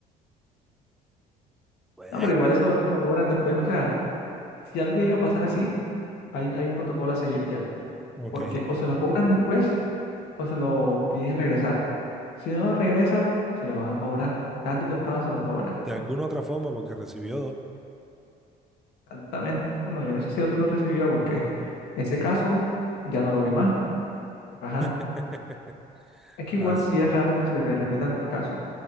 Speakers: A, in the centre; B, on the left (about 75°).
A: bueno.
B: No, pero igual eso, eso lo cobran después. O sea, si algo llega a pasar así, hay, hay un protocolo a seguir ya.
A: Ok.
B: Porque o se lo cobran después o se lo piden regresar. Si no regresa, se lo van a cobrar. Tarde o temprano se lo cobran.
A: De alguna otra forma, porque recibió dos.
B: Exactamente. Bueno, yo no sé si el otro lo recibió porque ese caso ya no lo vi más. Pero Ajá.
A: <laughs>
B: Es que igual
A: Así
B: sí
A: es,
B: es raro que se te repitan los casos.